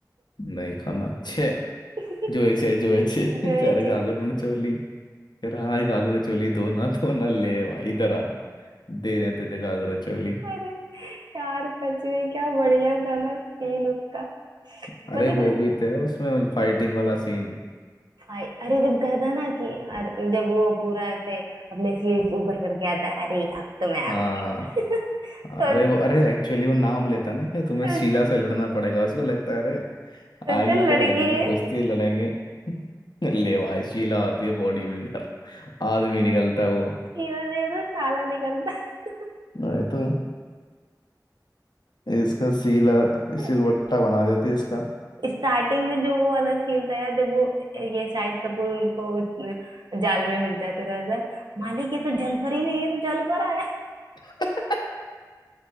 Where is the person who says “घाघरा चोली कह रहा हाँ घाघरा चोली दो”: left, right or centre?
Left